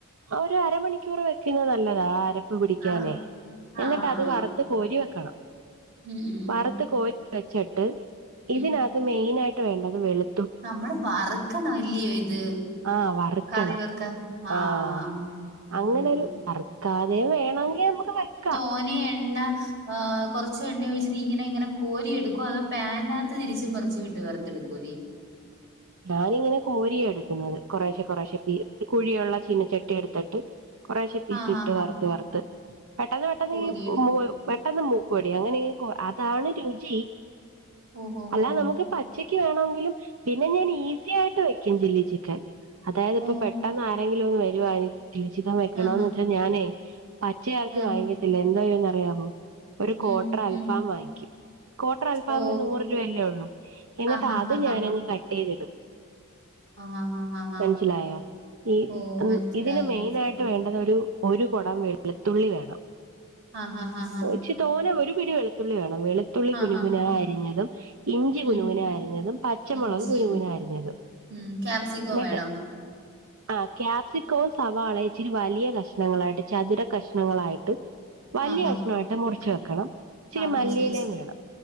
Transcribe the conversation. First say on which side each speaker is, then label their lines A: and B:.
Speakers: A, on the right (about 70°); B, on the right (about 55°).
A: ഒരു അരമണിക്കൂർ വെക്കുന്നത് നല്ലതാ ആ അരപ്പ് പിടിക്കാനേ
B: ആ ആ
A: എന്നിട്ട്
B: ആ
A: അത് വറ ത്ത് കോരി വെക്കണം
B: ഉം ഉം ഉം
A: വറ്ത്ത് കോരി വെച്ചിട്ട് ഇതിനക
B: ഉം
A: ത്ത് മെയിനായിട്ട് വേണ്ടത് വെളു
B: നമ്മള് വറക്കണോ അല്ലിയോ ഇത്.
A: ആഹ് വറ്ക്കണം
B: കറി വെക്കാൻ ആ
A: ആഹ്
B: ആ
A: അങ്ങനെരു
B: ഉം ഉം
A: വറ്ത്താൽ ഇനി വേണങ്കി നമുക്ക് വെക്കാ.
B: ഓന് എണ്ണ ഏഹ് കൊറച്ച് എണ്ണ ഒഴിച്ചട്ട് ഇങ്ങനെ ഇങ്ങനെ കോരിയെടുക്കോ അതോ പാനിനകത്ത് തിരിച്ച് മറിച്ച് ഇട്ട് വറത്തെടുക്കൊ നി.
A: ഞാനിങ്ങനെ കോരിയാ എടുക്കുന്നത് കൊറേശെ കൊറേശെ ഒരു കുഴിയുള്ള ചീനച്ചട്ടി എടുത്തിട്ട് കൊറേശെ പീസ്
B: ആ
A: ഇട്ട്
B: ആ
A: വറുത്ത്
B: ആ
A: വറുത്ത് പെട്ടെന്ന് പെട്ടെന്ന്
B: കോരിയിടും
A: ഈ മൊ പെട്ടെന്ന് മൂക്കോടി അങ്ങനെ ഈ അതാണ് രുചി
B: ഓ ഓ
A: അല്ലാതെ
B: ഓ
A: നമുക്ക് പച്ചക്ക് വേണമെങ്കിലും പിന്നെ ഞാൻ ഈസി ആയിട്ട് വെക്കും ചില്ലി ചിക്കൻ. അതായത് ഇപ്പൊ
B: ഓ
A: പെട്ടെന്ന് ആരെങ്കിലും ഒന്ന് വരുവാണങ്കി ചില്ലി ചിക്കൻ വെക്കണന്ന്
B: ആ ആ
A: വെച്ചാൽ ഞാനേ പച്ചയിറച്ചി
B: ആ ഉം
A: വാങ്ങിക്കത്തില്ല എന്തയോന്ന്റിയാവോ ഒരു
B: ഉം
A: കോട്ടർ അൽഫാം
B: ഉം
A: വാങ്ങിക്കും. ക്വാട്ടർ അൽഫാമിന്
B: ഓ
A: നൂറ് രൂപയല്ലേ ഒള്ളൂ എന്നിട്ട്
B: ആ ആ
A: അത്
B: ആ ആ
A: ഞാനങ്ങ് കട്ട് ചെയ്തിടും.
B: ആഹ് ആഹ് ആഹ് ആഹ് ആഹ്
A: മനസിലായോ ഈ
B: ഓ മനസ്സിലായി
A: ഇതിന് മെയിനായിട്ട്
B: മനസ്സിലായി
A: വേണ്ടത് ഒരു ഒരു കൊടം വെളുത്തുള്ളി വേണം.
B: ആഹ് ഹാ ഹാ ഹാ
A: ഇച്ചി തോനെ ഒരു പിടി വെളുത്തുള്ളി വേണം വെള് ത്തുള്ളി
B: ആഹ്
A: കുനുകുനാ
B: ആഹ്
A: അരിഞ്ഞതും ഇഞ്ചി കുനുകുനാ
B: ഉം
A: അരിഞ്ഞതും പച്ചമുളക്
B: ഇഞ്ചിയും
A: കുനു കുനാ അരിഞ്ഞതും
B: ഉം ക്യാപ്സിക്കോ
A: ന്നിട്ട്
B: വേണോ
A: ആഹ് ക്യാപ്സിക്കോവും സവാളയും ഇച്ചിരി വലിയ കഷ്ണങ്ങളായിട്ട് ചതുര കഷ്ണങ്ങളായിട്ട് വലിയ
B: ആഹ് ആഹ്
A: കഷ്ണായിട്ട് മുറിച്ച് വെക്കണം. ഇച്ചിരി
B: ആഹ് മുറിച്ച്
A: മല്ലിയിലയും
B: വച്ച്
A: വേണം